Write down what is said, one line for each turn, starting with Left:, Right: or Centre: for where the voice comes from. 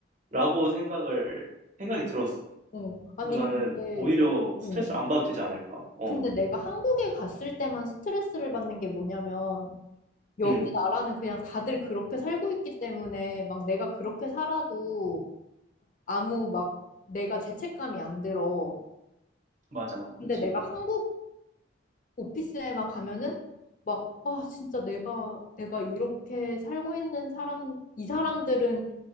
Right: 라고 생각을, 생각이 들었어.
Left: 어. 아니,
Right: 그래서 나는
Left: 근데,
Right: 오히려 스트레스를
Left: 어,
Right: 안 받아도 되지 않을까. 어,
Left: 근데 내가 한국에 갔을 때만 스트레스를 받는 게 뭐냐면 여기
Right: 음,
Left: 나라는 그냥 다들 그렇게 살고 있기 때문에 막 내가 그렇게 살아도 아무 막 내가 죄책감이 안 들어.
Right: 맞아.
Left: 근데
Right: 그치.
Left: 내가 한국 오피스에만 가면은 막 아 진짜 내가 내가 이렇게 살고 있는 사람 이 사람들은